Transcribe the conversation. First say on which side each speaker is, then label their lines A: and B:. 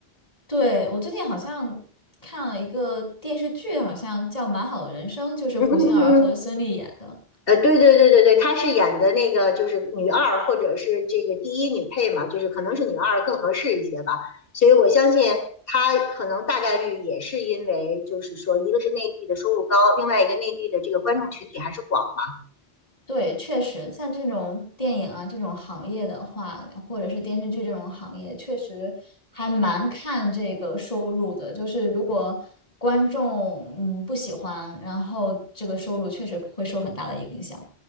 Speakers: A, on the left (about 35°); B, on the left (about 60°).
A: 对，我最近好像看了一个电视剧，好像叫《蛮好的人生》，就是胡杏儿和孙俪演的。
B: 嗯嗯嗯嗯，呃，对对对对对，她是演的那个就是女二或者是这个第一女配嘛，就是可能是女二更合适一些吧。所以我相信她可能大概率也是因为，就是说，一个是内地的收入高，另外一个内地的这个观众群体还是广嘛。
A: 对，确实，像这种电影啊这种行业的话，或者是电视剧这种行业，确实还蛮看这个收入的。就是如果观众嗯不喜欢，然后这个收入确实会受很大的影响。